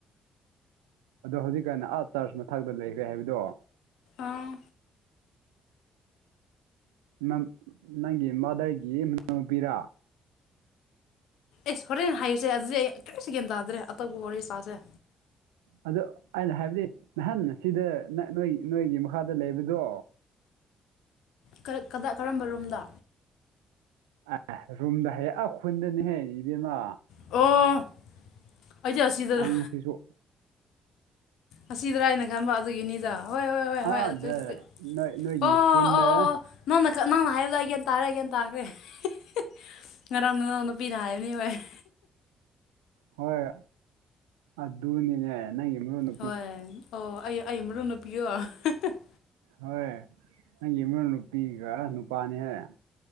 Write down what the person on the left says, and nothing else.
ꯑꯥ
ꯏꯁ ꯍꯣꯔꯦꯟ ꯍꯥꯏꯁꯦ ꯑꯁꯤꯗꯤ ꯑꯩ ꯀꯔꯤꯁꯨ ꯒ꯭ꯌꯥꯟ ꯇꯥꯗ꯭ꯔꯦ ꯑꯇꯣꯞꯄ ꯋꯥꯔꯤ ꯁꯥꯥꯖꯦ
ꯀ ꯀꯗꯥ ꯀꯔꯝꯕ ꯔꯨꯝꯗ
ꯑꯣ ꯑꯩꯗꯤ ꯑꯁꯤꯗꯔꯥ
ꯑꯁꯤꯗ꯭ꯔꯥ ꯍꯥꯏꯅ ꯈꯟꯕ ꯑꯗꯨꯒꯤꯅꯤꯗ ꯍꯣꯏ ꯍꯣꯏ ꯍꯣꯏ
ꯍꯣꯏ <unintelligible>
ꯑꯣ ꯑꯣ
ꯑꯣ ꯑꯣ ꯅꯪꯅ ꯈ ꯅꯪꯅ ꯍꯥꯏꯕꯗꯣ ꯑꯩ ꯒ꯭ꯌꯥꯟ ꯇꯥꯔꯦ ꯑꯩ ꯒ꯭ꯌꯥꯟ ꯇꯥꯈ꯭ꯔꯦ <unintelligible> ꯉꯔꯥꯡ ꯅꯅꯥꯎ ꯅꯨꯄꯤꯅ ꯍꯥꯏ ꯕꯅꯤ ꯍꯣꯏ <unintelligible>
ꯍꯣꯏ ꯑꯣ ꯑꯩ ꯑꯩ ꯃꯔꯨꯞ ꯅ ꯄꯤꯌꯣ <unintelligible>